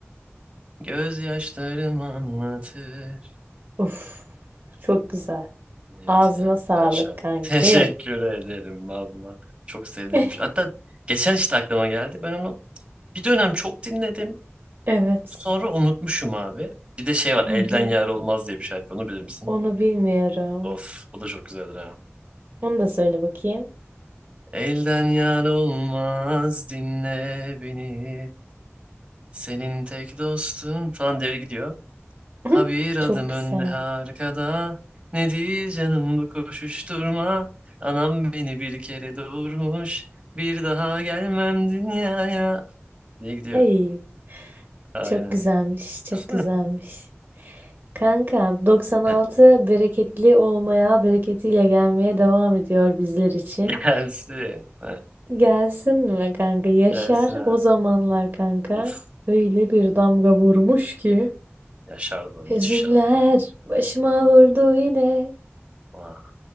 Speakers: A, on the right; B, on the right.
A: Gözyaşlarım anlatır.
B: Uf. Çok güzel.
A: Evet
B: Ağzına
A: ya
B: sağlık
A: güzel şarkı.
B: kankim.
A: <laughs> Teşekkür ederim valla. Çok sevdiğim
B: <laughs>
A: bir şey. Hatta geçen işte aklıma geldi. Ben onu bir dönem çok dinledim.
B: Evet.
A: Sonra unutmuşum abi. Bir de şey var
B: Hı
A: Elden
B: hı.
A: Yar Olmaz diye bir şarkı. Onu bilir misin?
B: Onu bilmiyorum.
A: Of bu da çok güzeldir ha.
B: Onu da söyle bakayım.
A: Elden yar olmaz dinle beni. Senin tek dostun falan devre gidiyor.
B: <laughs>
A: Ha bir adım
B: Çok güzel.
A: önde ha arkada. Nedir canım bu koşuşturma? Anam beni bir kere doğurmuş. Bir daha gelmem dünyaya. Diye gidiyor.
B: Ay,
A: Aynen.
B: çok güzelmiş, çok
A: <laughs>
B: güzelmiş. Kanka, 96
A: Heh,
B: bereketli olmaya, bereketiyle gelmeye devam ediyor bizler için.
A: Gelsin. Heh,
B: Gelsin mi kanka? Yaşar
A: Gelsin abi.
B: o zamanlar kanka.
A: Of.
B: Öyle bir damga vurmuş ki.
A: Yaşar da müthiş
B: Hüzünler
A: ha.
B: başıma vurdu yine.
A: Vay,